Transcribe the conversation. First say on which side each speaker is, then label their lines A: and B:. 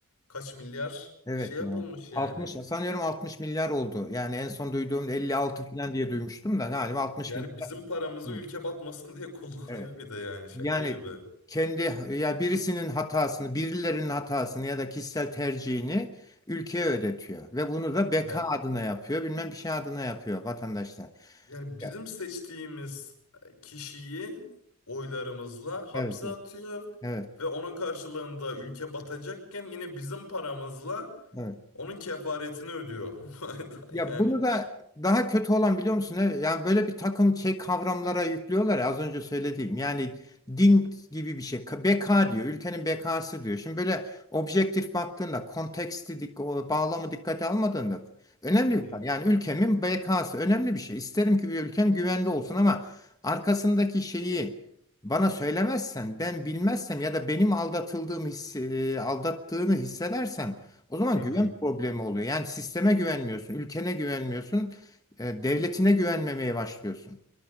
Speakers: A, on the left (about 85°); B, on the left (about 15°).
A: kaç milyar
B: Evet
A: şey yapılmış
B: ya. 60
A: yani.
B: sanıyorum 60 milyar oldu. Yani en son duyduğumda 56 falan diye duymuştum da galiba 60
A: Yani
B: milyar.
A: bizim paramızı
B: Hı,
A: ülke batmasın diye <laughs> kullanıyor
B: Evet.
A: bir de yani şaka
B: Yani
A: gibi.
B: kendi ya birisinin hatasını, birilerinin hatasını ya da kişisel tercihini ülkeye ödetiyor ve bunu da beka
A: Ya
B: adına yapıyor, bilmem bir şey adına yapıyor vatandaşlar.
A: Yani bizim
B: Ya,
A: seçtiğimiz e, kişiyi oylarımızla hapse
B: Evet, evet,
A: atıyor
B: evet.
A: ve onun karşılığında ülke batacakken yine bizim paramızla
B: evet.
A: onun kefaretini ödüyor. <laughs>
B: Ya
A: Yani
B: bunu da daha kötü olan biliyor musun? Evet, Yani böyle bir takım şey kavramlara yüklüyorlar ya az önce söylediğim. Yani din gibi bir şey. Ka- Beka diyor. Ülkenin bekası diyor. Şimdi böyle objektif baktığında konteksti, dik- o bağlamı dikkate almadığında önemli
A: Hı hı.
B: bir kar- Yani ülkemin bekası önemli bir şey. İsterim ki bir ülkem güvende olsun ama arkasındaki şeyi bana söylemezsen, ben bilmezsem ya da benim aldatıldığım hissi, e, aldattığını hissedersem o zaman
A: Hı
B: güven
A: hı.
B: problemi oluyor. Yani sisteme güvenmiyorsun, ülkene güvenmiyorsun, e, devletine güvenmemeye başlıyorsun.